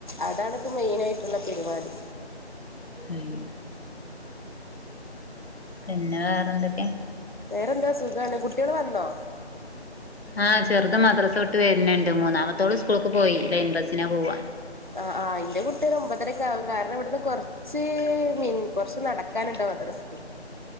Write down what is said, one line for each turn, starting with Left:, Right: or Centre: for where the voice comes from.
Right: അതാണ്പ്പം മെയിനായിട്ടുള്ള പെരുവാടി.
Left: ഉം പിന്നെ വേറെന്തെക്കെ.
Right: വേറെന്താ സുഖാണ് കുട്ട്യേൾ വന്നോ.
Left: ആഹ് ചെറുത് മദ്രസ് വിട്ട് വെര്ന് ണ്ട്. മൂന്നാമത്തോള് സ്കൂൾക്ക് പോയി. ലൈൻ ബസ്സിന പോവ.
Right: ആഹ് ആ ഇന്റെ കുട്ടി ഒരു ഒമ്പതരക്കാവു. കാരണം ഇവിട്ന്ന് കൊ. ച്ച് മിൻ കൊറ്ച്ച് നടക്കാനുണ്ട് മദ്രസ്ക്.